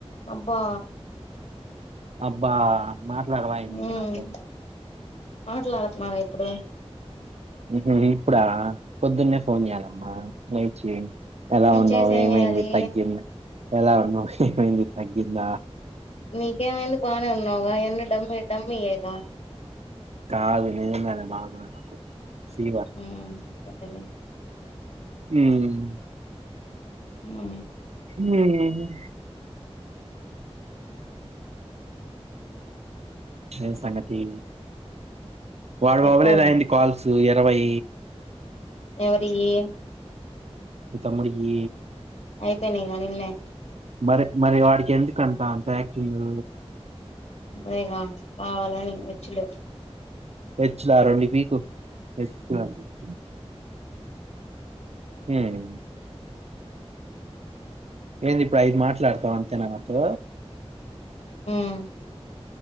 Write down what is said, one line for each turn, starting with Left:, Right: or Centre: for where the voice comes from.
Left: అబ్బా
Right: అబ్బా మాట్లాడవా ఏంది
Left: హమ్.
Right: ఇంక నాతో
Left: ఆటలాడుతున్నావా ఇప్పుడు
Right: మ్ హు ఇప్పుడ పొద్దున్నే ఫోన్ చెయ్యాలమ్మా లేచి ఎలా ఉన్నావు
Left: చేసి ఏం
Right: ఏమైంది
Left: చేయాలి
Right: తగ్గింద ఎలా ఉన్నావ్ ఏమైంది తగ్గింద
Left: నీకేమైంది బానే ఉన్నావుగా ఇవన్నీ డమ్మి డమ్మీయేగా
Right: కాదు నిజంగానే బాగోలే నాకు ఫీవర్
Left: మ్ ఉంటదిలే
Right: హ్మ్
Left: ఆ
Right: ఇంగేమైంది. ఏం సంగతి. వాడివి
Left: చెప్పు
Right: అవ్వలేదా ఏంది కాల్స్ ఈ ఇరవై
Left: ఎవరివి
Right: నీ తమ్ముడికి
Left: అయిపోయినాయ్ వానివి నిన్నే
Right: మరి మరి వాడికి ఎందుకంట అంత యాక్టింగ్
Left: అదేగా కావాలని ఎచ్చలు
Right: ఎచ్చులా రెండు పీకు ఎచ్చులంట ఎచ్చు హ్మ్ ఏంది ఇప్పుడు ఐదు మాట్లాడతావ అంతేనా నాతో
Left: మ్